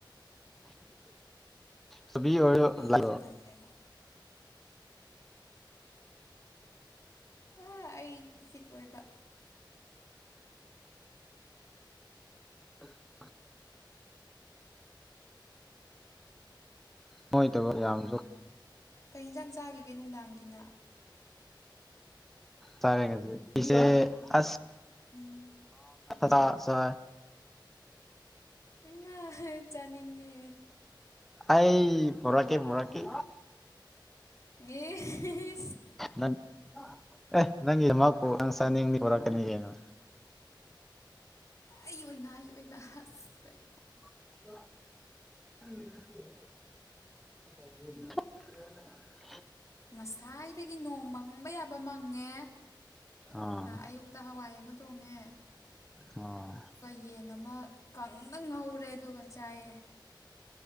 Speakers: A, in the centre; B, on the left.
A: ꯁꯕꯤ ꯑꯣꯏ
B: ꯑꯩꯗꯤ
A: ꯂ
B: ꯇꯜꯂꯦꯕ ꯑꯩꯗꯤ ꯐꯤꯠ ꯑꯣꯏꯕ
A: <unintelligible> ꯍꯣꯏ ꯇ ꯌꯥꯝꯝꯁꯨ
B: ꯀꯩ ꯏꯟꯁꯥꯡ ꯆꯥꯈꯤꯒꯦ ꯅꯨꯡꯗꯥꯡꯒꯤꯅ
A: ꯇꯔꯦꯦ ꯄꯆꯦ ꯑ
B: ꯎꯝ
A: ꯊ ꯁ
B: ꯏꯃ ꯆꯅꯤꯡꯉ
A: ꯑꯩ ꯐꯣꯔꯀꯦ ꯐꯔꯥꯀꯦ
B: ꯌꯦ
A: ꯅꯪ ꯑꯦ ꯅꯪ ꯌꯃꯄꯣ ꯅꯪ ꯁ ꯍꯔ ꯀꯅꯤ <unintelligible>
B: ꯑꯩ ꯑꯣꯏꯅꯃ ꯑꯩ ꯑꯣꯏꯅꯃꯁꯩ
A: ꯎꯝ ꯍ
B: ꯉꯁꯥꯏꯗꯒꯤ ꯅꯣꯡ ꯃꯪꯕ ꯌꯥꯕ ꯃꯪꯉꯦ
A: ꯑꯥ
B: ꯑꯌꯨꯛꯇ ꯍꯋꯥꯏ ꯑꯃ ꯇꯣꯡꯉꯦ
A: ꯑ
B: ꯑꯗꯨꯒ ꯌꯦꯟ ꯑꯃ ꯀꯪꯅ ꯉꯧꯔꯦ ꯑꯗꯨꯒ ꯆꯥꯏꯑꯦ